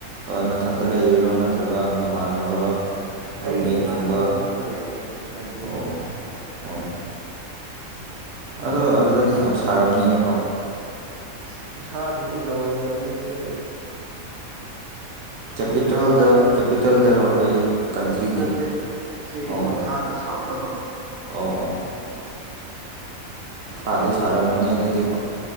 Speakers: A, on the right; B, on the right.
A: ꯅꯥꯊꯟꯇ ꯂꯩꯔꯤꯔꯣ ꯅꯠꯇ꯭ꯔꯒ ꯅꯃꯥꯟꯅꯕ ꯔꯨꯝꯃꯦꯠꯀꯨꯝꯕ
B: ꯑꯩꯒꯤ ꯏꯃꯥꯟꯅꯕ ꯑꯃꯒ ꯂꯩꯌꯦ ꯂꯩꯃꯤꯅꯩ
A: ꯑꯣ ꯑꯣ ꯑꯗꯣ ꯑꯗꯨꯗꯗꯤ ꯌꯥꯝ ꯁꯥꯔꯝꯅꯤꯅꯦꯀꯣ
B: ꯑꯁ ꯈꯨ ꯁꯥꯁꯤꯗꯤ ꯂꯣꯏꯔꯕꯅꯤ ꯁꯤꯗꯗꯤ
A: ꯀꯦꯄꯤꯇꯜꯗ
B: ꯃꯣꯏ ꯈꯨꯠꯁꯥꯗꯣ
A: ꯀꯦꯄꯤꯇꯜꯗꯔꯣ ꯑꯩꯈꯣꯏ ꯀꯟꯇ꯭ꯔꯤꯒꯤ
B: ꯅꯠꯇꯦ ꯁꯤ
A: ꯑꯣ
B: ꯃꯈꯥꯗ ꯁꯥꯎꯠꯇꯀꯣ
A: ꯑꯣ ꯑꯣ
B: ꯁꯥꯎꯠꯇ
A: ꯁꯥꯗꯤ
B: ꯂꯩꯕꯅꯦ
A: ꯁꯥꯔꯝꯃꯅꯤ ꯑꯗꯨꯗꯤꯀꯣ